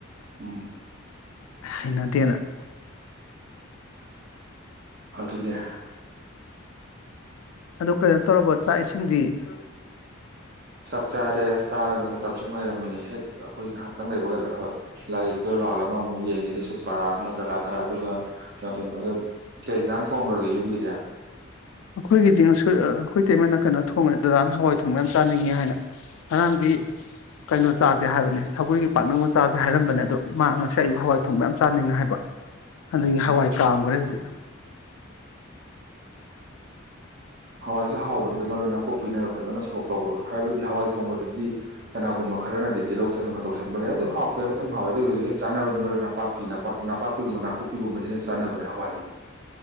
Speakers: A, on the right; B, on the left.
A: ꯎꯝ
B: ꯍꯩꯅꯗꯦꯅ
A: ꯑꯗꯨꯅꯦ
B: ꯑꯗꯨ ꯀꯩꯅꯣ ꯇꯧꯔꯕ ꯆꯥꯛ ꯏꯁꯤꯡꯗꯤ ꯎꯝ
A: ꯆꯥꯛ ꯆꯥꯔꯦ ꯆꯥꯔꯒ ꯃꯇꯝꯝꯁꯨ ꯉꯥꯏꯔꯝꯃꯤꯅꯦ ꯍꯦꯛ ꯑꯩꯈꯣꯏ ꯉꯥꯏꯍꯥꯛꯇꯪ ꯂꯩꯕꯒ ꯂꯥꯏꯔꯤꯛꯇꯣ ꯔꯥꯎꯜ ꯑꯃꯃꯨꯛ ꯌꯦꯡꯈꯤꯅꯤ ꯁꯨꯝ ꯄꯔꯥ ꯑꯃ ꯖꯒꯥ ꯈꯔ ꯑꯗꯨꯒ ꯀꯩꯅꯣ ꯇ ꯇꯦꯟꯖꯥꯡ ꯊꯣꯡꯈ꯭ꯔꯒꯦ ꯌꯨꯝꯒꯤꯗꯤ
B: ꯑꯩꯈꯣꯏꯒꯤꯗꯤ ꯉꯁꯣꯏ ꯑꯩꯈꯣꯏ ꯏꯇꯩꯃꯅ ꯀꯩꯅꯣ ꯊꯣꯡꯕꯅꯤ ꯗꯗꯥꯅ ꯍꯋꯥꯏ ꯊꯣꯡꯕ ꯌꯥꯝ ꯆꯥꯅꯤꯡꯉꯦ ꯍꯥꯏꯅ ꯉꯔꯥꯡꯗꯤ ꯀꯩꯅꯣ ꯆꯥꯁꯦ ꯍꯥꯏꯕꯅꯦ ꯁꯒꯜꯒꯤ ꯄꯥꯛꯅꯅꯕ ꯆꯥꯁꯦ ꯍꯥꯏꯔꯝꯕꯅꯦ ꯑꯗꯣ ꯃꯥ ꯉꯁꯥꯏ ꯑꯌꯨꯛ ꯍꯋꯥꯏ ꯊꯣꯡ ꯃ ꯌꯥꯝ ꯆꯥꯅꯤꯡꯉꯦ ꯍꯥꯏꯕ ꯑꯗꯒꯤ
A: ꯎꯝ
B: ꯍꯋꯥꯏ ꯀꯥꯝꯈ꯭ꯔꯦ ꯍꯧꯖꯤꯛ
A: ꯍꯋꯥꯏꯁꯦ ꯍꯥꯎꯕꯗꯨꯗ ꯃꯔꯣꯏ ꯅꯥꯀꯨꯞꯄꯤꯅꯒ ꯐꯖꯅ ꯁꯣꯛ ꯇꯧꯕꯗꯣ ꯍꯥꯏꯕꯗꯤ ꯍꯋꯥꯏ ꯊꯣꯡꯕꯗꯗꯤ ꯀꯅꯥꯒꯨꯝꯕ ꯈꯔꯅꯗꯤ ꯇꯤꯜꯍꯧ ꯆꯅꯝꯅ ꯇꯧꯁꯟꯕ ꯂꯩ ꯑꯗꯨ ꯍꯥꯎꯇꯦ ꯐꯖꯅ ꯍꯥꯎꯋꯦ ꯑꯗꯨ ꯑꯣꯏꯒꯤꯒꯁꯨ ꯍꯦꯛ ꯆꯥꯟꯅꯕꯗꯤ ꯃꯔꯣꯏ ꯅꯥꯄꯥꯛꯄꯤꯄꯥꯛ ꯅꯅꯥꯄꯥꯛꯄꯤꯒꯨꯝꯕ ꯅꯥꯀꯨꯞꯄꯤꯒꯨꯝꯕꯁꯤꯅ ꯍꯦꯛ ꯆꯥꯟꯅꯕꯅꯦ ꯍꯋꯥꯏꯒꯤꯗꯤ